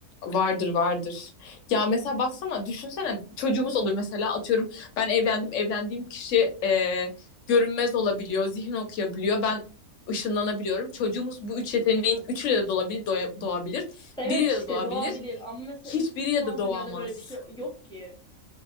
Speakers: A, on the left (about 60°); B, in the centre.
A: Vardır vardır. Ya mesela baksana düşünsene çocuğumuz olur mesela atıyorum ben evlendim evlendiğim kişi e, görünmez olabiliyor zihin okuyabiliyor ben ışınlanabiliyorum. Çocuğumuz bu üç yeteneğin üçüyle de doğabilir, doya- doğabilir
B: Evet
A: biriyle
B: işte
A: de doğabilir
B: doğa bilir ama mesela
A: hiçbiriyle
B: in- şu
A: de
B: an
A: doğamaz.
B: dünyada böyle bir şey yok ki.